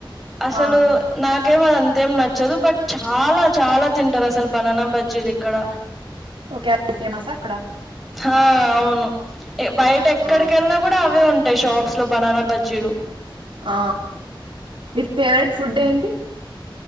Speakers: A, in the centre; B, on the right (about 75°).
A: అసలు
B: ఆహా
A: నాకేం అధింత నచ్చదు బట్ చాలా చాలా తింటారు అసలు బనానా బజ్జీలు ఇక్కడ
B: ఓకే అది ఫేమసా అక్కడ
A: ఆ అవును బయట ఎక్కడికి
B: ఆ
A: వెళ్ళా కూడా అవే ఉంటాయి తాయి షాప్ లో బనానా బాజీలు
B: ఆ మీ ఫేవరెట్ ఫుడ్ ఏంటి